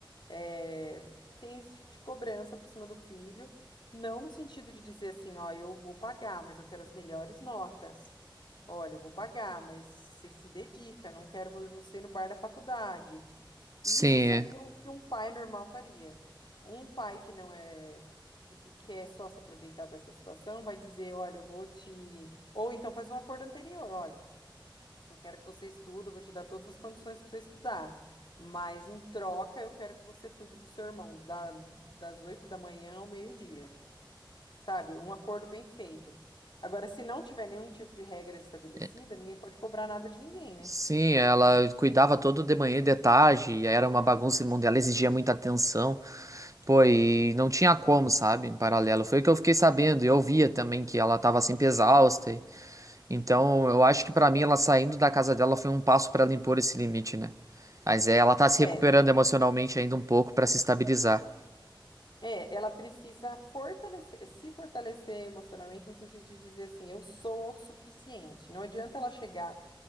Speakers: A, on the left (about 65°); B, on the right (about 40°).
A: eh, tem esse tipo de cobrança para cima do filho, não no sentido de dizer assim, ó, eu vou pagar, mas eu quero as melhores notas. Olha, eu vou pagar, mas você se dedica, não quero ver você no bar da faculdade.
B: Sim.
A: Isso seria
B: é.
A: o que um pai normal faria. Um pai que não é, que quer só se aproveitar dessa situação, vai dizer, olha, eu vou te. Ou então faz um acordo anterior, olha, eu quero que você estude, eu vou te dar todas as condições para você estudar. Mas em troca, eu quero que você cuide do seu irmão, da- das oito da manhã ao meio-dia. Sabe? Um acordo bem feito. Agora, se não tiver nenhum tipo de regra estabelecida,
B: É,
A: ninguém pode cobrar nada de ninguém, né?
B: Sim, ela cuidava todo de manhã e de tarde, e era uma bagunça no mundo, ela exigia muita atenção. Pô, e não tinha como, sabe? Em paralelo. Foi o que eu fiquei sabendo. e Eu via também que ela tava sempre exausta. Então, eu acho que pra mim ela saindo da casa dela foi um passo pra ela impor esse limite, né? Mas é, ela tá se
A: É,
B: recuperando emocionalmente ainda um pouco pra se estabilizar.
A: É, ela precisa fortalecer, se fortalecer emocionalmente no sentido de dizer assim, eu sou autossuficiente. Não adianta ela chegar